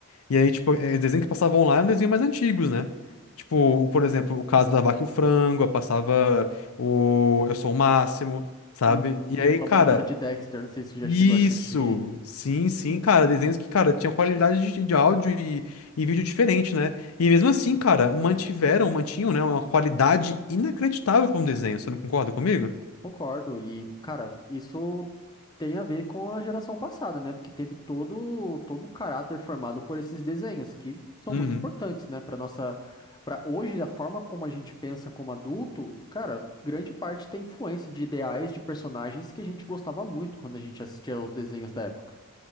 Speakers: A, on the left; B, on the left.
A: E aí, tipo, eh, desenho que passavam lá eram desenhos mais antigos, né? Tipo, por exemplo, o caso da Vaca e o Frango, eu passava o Eu Sou o Máximo, sabe?
B: Uhum.
A: E aí,
B: Laboratório
A: cara,
B: de Dexter, não sei se você já
A: isso,
B: chegou a assistir.
A: sim, sim, cara, desenhos que, cara, tinham qualidade de, de áudio e, e vídeo diferente, né? E mesmo assim, cara, mantiveram, mantinham, né, uma qualidade inacreditável para um desenho, você não concorda comigo?
B: Concordo. E, cara, isso tem a ver com a geração passada, né? Porque teve todo todo o caráter formado por esses desenhos que são
A: Uhum.
B: muito importantes, né, para nossa para hoje a forma como a gente pensa como adulto, cara, grande parte tem influência de ideais de personagens que a gente gostava muito quando a gente assistia aos desenhos da época.